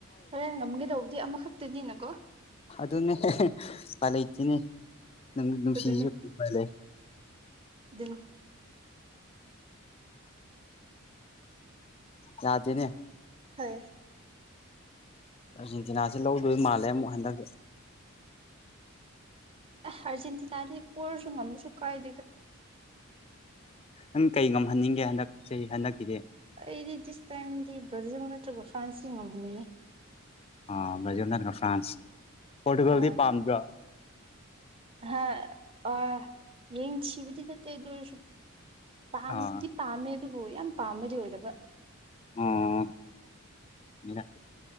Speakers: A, on the right; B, on the left.
A: ꯍꯣꯔꯦꯟ ꯉꯝꯒꯦ ꯇꯧꯕꯗꯤ ꯑꯃꯈꯛꯇꯅꯤꯅꯀꯣ꯫
B: ꯑꯗꯨꯅꯦ꯫ ꯎꯄꯥꯏ ꯂꯩꯇꯦꯅꯦ ꯅꯪ ꯅꯨꯡꯁꯤꯔꯁꯨ
A: ꯑꯗꯨꯅꯤ
B: ꯀꯔꯤ ꯎꯄꯥꯏ ꯂꯩ꯫
A: ꯑꯗꯨꯅꯤ
B: ꯌꯥꯗꯦꯅꯦ꯫
A: ꯍꯣꯏ꯫
B: ꯑꯥꯔꯖꯦꯟꯇꯤꯅꯥꯁꯤ ꯂꯧꯗꯣꯏ ꯃꯥꯜꯂꯦ ꯑꯃꯨꯛ ꯍꯟꯗꯛꯇꯤ꯫
A: ꯑꯔꯖꯦꯟꯇꯤꯅꯥꯗꯤ ꯄꯣꯔꯁꯨ ꯉꯝꯁꯨ ꯀꯥꯏꯗꯦꯗ꯫
B: ꯅꯪ ꯀꯩ ꯉꯝꯍꯟꯅꯤꯡꯒꯦ ꯍꯟꯗꯛ ꯆꯍꯤ ꯍꯟꯗꯛꯀꯤꯗꯤ꯫
A: ꯑꯩꯗꯤ ꯗꯤꯁ ꯇꯥꯏꯝꯗꯤ ꯕ꯭ꯔꯥꯖꯤꯜ ꯅꯠꯇꯔꯒ ꯐ꯭ꯔꯥꯟꯁ ꯁꯤ ꯉꯝꯍꯟꯅꯤꯡꯉꯤ꯫
B: ꯑ ꯕ꯭ꯔꯖꯤꯜ ꯅꯠꯇ꯭ꯔ ꯐ꯭ꯔꯥꯟꯁ ꯄꯣꯔꯇꯨꯒꯜꯗꯤ
A: ꯑꯥ
B: ꯄꯥꯝꯗ꯭ꯔꯣ꯫
A: ꯍꯥ ꯑ ꯌꯦꯡ ꯊꯤꯕꯗꯤ ꯅꯠꯇꯦ ꯑꯗꯨ ꯑꯣꯏꯔꯁꯨ꯫ ꯄꯥꯝ
B: ꯑꯥ
A: ꯄꯥꯝꯃꯦ ꯑꯗꯨꯕꯨ ꯌꯥꯝ ꯄꯥꯝꯝꯕꯗꯤ ꯑꯣꯏꯗꯕ꯫
B: ꯎꯝ꯫ <unintelligible>